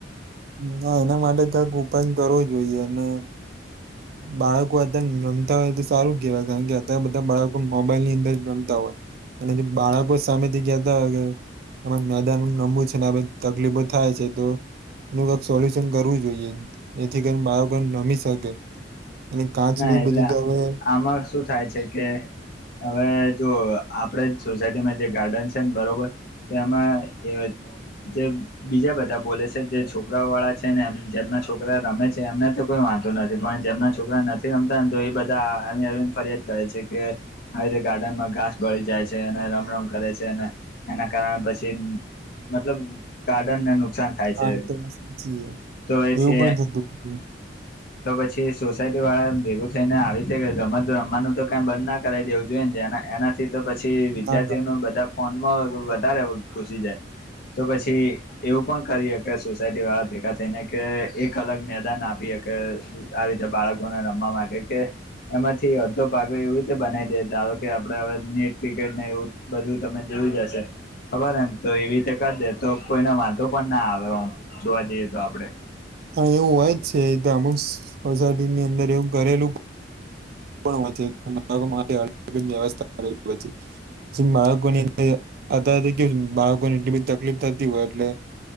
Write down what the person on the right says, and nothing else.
ણા એના માટે કઈક ઉપાય કરવો જોઈએ અને બાળકો અતને રમતા હોય તો સારું કેવાય કારણ કે બ બધા બાળકો મોબાઈલ ની અંદર રમતા હોય અને જે બાળકો સામેથી કહેતા હોય કે <unintelligible> નમવું છે ને તકલીફો થાય છે તો એનું કઈક સોલ્યુશન કરવું જોઈએ જેથી કરી બાળકોણ રમી શકે અને કાચ
નહી
બધું તો હવે
આ રીતે સાચીએ
એવું
પણ થતું હતું
ના ના.
હ એવું હોય જ છે એ અમુક સોસાયટીની અંદર એવું ઘરેલું માટે અ વ્યવસ્થાલી હો બાળકોની <unintelligible> અત કે બાળકોને એટલી બધી તકલીફ થતી હોય એટલે